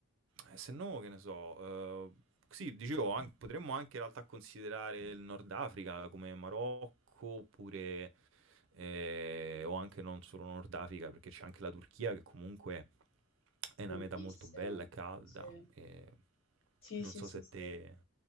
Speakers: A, on the right; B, on the left.
A: eh, se no, che ne so, eh, sì, dicevo, an- potremmo anche in realtà considerare il Nord Africa come Marocco, oppure, eh, o anche non solo Nord Africa, perché c'è anche la Turchia che comunque è una
B: bellissimo.
A: meta molto bella e calda.
B: Sì,
A: E...
B: sì,
A: Non
B: sì,
A: so
B: sì.
A: se
B: sì.
A: te...